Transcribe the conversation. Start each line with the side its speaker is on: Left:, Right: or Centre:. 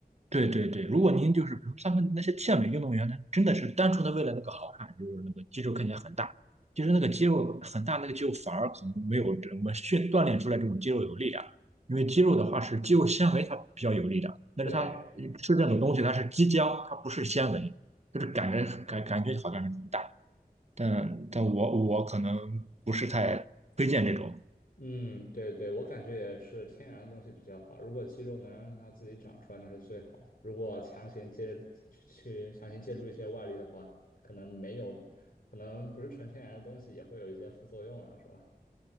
Right: 对对对，如果您就是比如他们那些健美运动员，他真的是单纯的为了那个好看，就是那个肌肉看起来很大，其实那个肌肉很大，那个肌肉反而可能没有我们训锻炼出来这种肌肉有力量，因为肌肉的话是肌肉纤维它比较有力量，但是它吃这种东西它是肌浆，
Left: 对。
Right: 它不是纤维，就是感觉感感觉好像是很大，但但我我可能不是太推荐这种。
Left: 嗯，对对，我感觉也是天然的东西比较好。如果肌肉能让它自己长出来，那是最好的。如果强行借去去强行借助一些外力的话，可能没有，可能不是纯天然的东西也会有一些副作用啊，是吧？